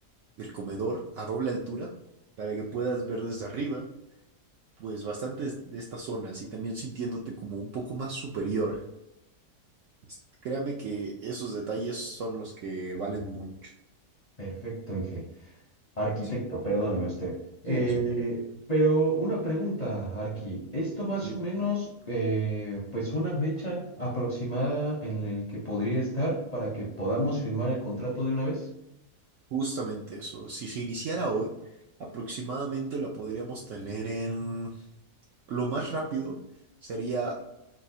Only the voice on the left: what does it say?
Perfecto, Inge. Arquitecto,
perdóneme usted.
Eh,
pero una pregunta, Arqui. Esto más
o menos, eh, pues una fecha aproximada en el que podría estar para que podamos firmar el contrato de una vez.